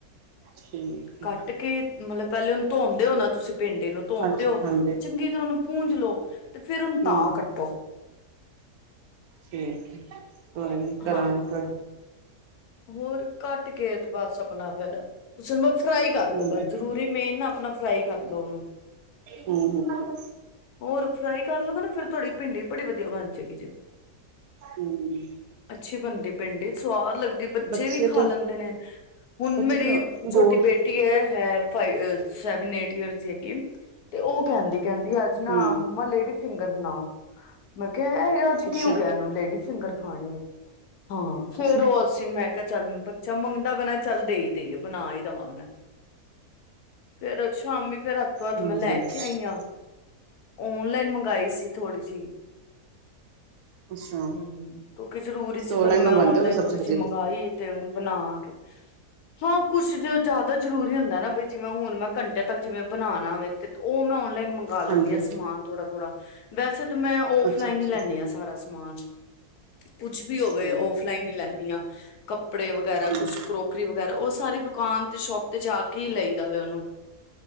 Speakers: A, on the right (about 75°); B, on the left (about 75°).
A: ਠੀਕ
B: ਕੱਟ
A: ਹੈ
B: ਕੇ ਮਤਲਬ ਪੈਲੇ ਉਨੂੰ ਧੋਂਦੇ ਹੋ ਨਾ ਤੁਸੀਂ ਪਿੰਡੀ ਨੂੰ ਧੋਣਦੇ
A: ਹਾਂਜੀ
B: ਹੋ
A: ਹਾਂਜੀ
B: ਚੰਗੀ ਤਰ੍ਹਾਂ ਉਨੂੰ ਪੂੰਜ ਲੋ ਤੇ ਫਿਰ ਉਨੂੰ ਤਾਂ
A: ਹਮ
B: ਕੱਟੋ।
A: ਠੀਕ ਕੋਈ ਨੀ ਤਰਾਂਕ
B: ਹਾਂ ਹੋਰ ਘੱਟ ਕੇ ਤੇ ਬਸ ਆਪਣਾ ਫਿਰ ਤੁਸੀਂ ਉਨੂੰ ਫਰਾਈ
A: ਕੋਈ
B: ਕਰ ਲੋ ਬਸ ਜ਼ਰੂਰੀ ਮੇਨ ਨਾ ਆਪਣਾ ਫਰਾਈ ਕਰ ਲਓ ਉਨੂੰ
A: ਹੂੰ-ਹੂੰ-ਹੂੰ
B: ਹੋਰ ਫਰਾਈ ਕਰ ਲੋ ਗੇ ਨਾ ਫਿਰ ਤੁਹਾਡੀ ਭਿੰਡੀ ਬੜੀ ਵਧੀਆ ਬਣ ਜਾਏਗੀ ਜੇ।
A: ਹੂੰ,
B: ਅੱਛੀ ਬਣਦੀ ਪਿੰਡੀ ਸਵਾਦ ਲਗਦ
A: ਹਮ
B: ਬੱਚੇ ਵੀ ਖਾ
A: ਤਾਂ
B: ਲੈਂਦੇ ਨੇ ਹੁਣ
A: ਬੱਚੇ
B: ਮੇਰੀ
A: ਤਾਂ
B: ਛੋਟੀ
A: ਗੋਲ
B: ਬੇਟੀ ਐ ਹੈ। ਫ ਸੈਵਨ ਏਟ ਈਅਰ ਹੈਗੀ ਤੇ ਓ ਕੈਂਦੀ- ਕੈਂਦੀ ਅੱਜ
A: ਹਮ
B: ਨਾ ਮੰਮਾ ਲੇਡੀ ਫਿੰਗਰ ਬਣਾਓ ਮੈਂ ਕਿਆ ਅੱਜ
A: ਅੱਛਾ
B: ਕੀ ਹੋ ਗਿਆ ਇਨੂੰ ਲੇਡੀ ਫਿੰਗਰ ਖਾਣੀ ਏ। ਹਾਂ ਫਿਰ
A: ਅੱਛਾ
B: ਓ ਅਸੀਂ ਮੈਂ ਕਿਆ ਚੱਲ ਬੱਚਾ ਮੰਗਦਾ ਬੈ ਚੱਲ ਦੇਈ ਦੇਈਏ ਬਣਾ ਹੀ ਦਵਾਂ ਮੈਂ ਫਿਰ ਸ਼ਾਮੀ ਫਿਰ ਤੋਂ
A: ਹਾਂਜੀ
B: ਮੈਂ ਲੈ
A: ਹਮ
B: ਕੇ ਆਈ ਆਂ ਓਨਲਾਈਨ ਮੰਗਾਈ ਸੀ ਥੋੜ੍ਹੀ ਜਿਹੀ
A: ਅੱਛਾ
B: ਹੂੰ ਕਿਉਂਕਿ ਜਰੂਰੀ
A: ਸਟੋਰ
B: ਸੀ ਫਿਰ
A: ਲਾਈਨ
B: ਮੈਂ
A: ਮੰਗਵਾਉਂਦੇ
B: ਓਨਲਾਈਨ
A: ਹੋਗੇ ਸਬਜ਼ੀ
B: ਥੋੜੀ
A: ਸੁਬਜੀ
B: ਜਿਹੀ ਮੰਗਾਈ ਤੇ ਉਨੂੰ ਬਣਾ ਕੇ <inaudible> ਹਾਂ ਕੁਛ ਜਾਦਾ ਜ਼ਰੂਰੀ ਹੁੰਦਾ ਨਾ ਬਈ ਜਿਵੇਂ ਹੁਣ ਮੈਂ ਘੰਟੇ ਤੱਕ ਜਿਵੇਂ ਬਣਾਣਾ ਵੇ ਤੇ ਓ ਮੈਂ ਓਨਲਾਈਨ ਮੰਗਾਂ ਲੈਣੀ
A: ਹਾਂਜੀ
B: ਆਂ ਸਮਾਨ ਥੋੜਾ-ਥੋੜਾ ਵੈਸੇ ਮੈਂ ਔਫਲਾਈਨ
A: ਅੱਛਾ ਅੱਛਾ
B: ਹੀ ਲੈਣੀ ਆਂ ਸਾਰਾ ਸ ਸਮਾਨ ਕੁਛ ਵੀ
A: ਅੱਛਾ
B: ਹੋਵੇ ਔਫਲਾਈਨ ਈ ਲੈਂਣੇ। ਕੱਪੜੇ ਵਗੈਰਾ
A: ਹੂੰ
B: ਕੁਛ ਕਰੋਕਰੀ ਵਗੈਰਾ ਓ ਸਾਰੀ ਦੁਕਾਨ ਤੇ ਸ਼ੋਪ ਤੇ ਜਾ ਕੇ ਕੀ ਲਈ ਦਾ ਵੇ ਉਨੂੰ